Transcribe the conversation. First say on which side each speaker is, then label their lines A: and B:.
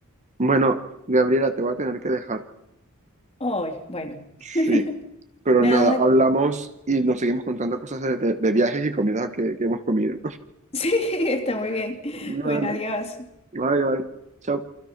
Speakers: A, on the right; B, on the left.
A: Bueno, Gabriela, te voy a tener que dejar.
B: Ay, bueno.
A: Sí.
B: <laughs>
A: Pero
B: Nada,
A: nada, hablamos y nos seguimos contando cosas de, de- de viajes y comidas que, que hemos comido.
B: <laughs> sí, está muy bien.
A: <laughs> Vale,
B: Bueno, adiós.
A: bye, bye. Chao.